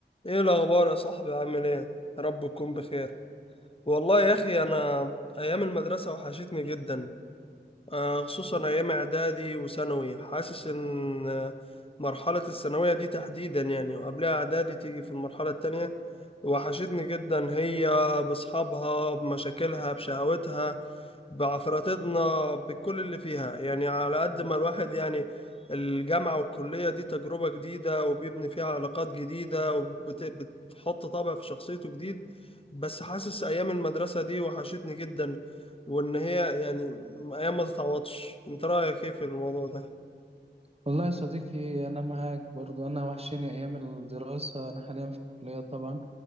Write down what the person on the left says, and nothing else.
ايه الاخبار يا صاحبي عامل ايه يا رب تكون بخير والله يا اخي انا ايام المدرسه وحشتني جدا آه، خصوصا أيام إعدادي وثانوي حاسس إن آه، مرحلة الثانوية دي تحديدا يعني وقبلها إعدادي تيجي في المرحلة التانية وحشتني جدا هي بأصحابها بمشاكلها بشقاوتها بعفراتنا بكل اللي فيها يعني على قد ما الواحد يعني الجامعة والكلية دي تجربة جديدة وبيبني فيها علاقات جديدة وبتحط طابع في شخصيته جديد بس حاسس أيام المدرسة دي وحشتني جدا وان هي يعني ايام ما تتعوضش انت رايك ايه في الموضوع ده